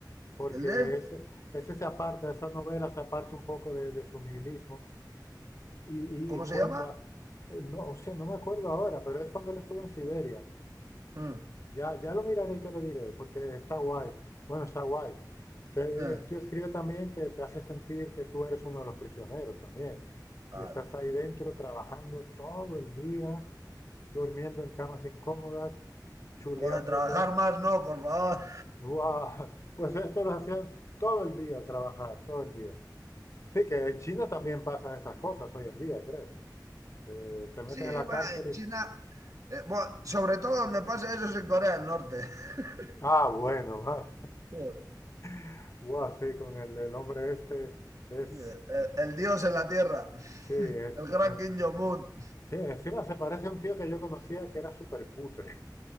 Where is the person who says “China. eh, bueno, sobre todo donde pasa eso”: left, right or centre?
Right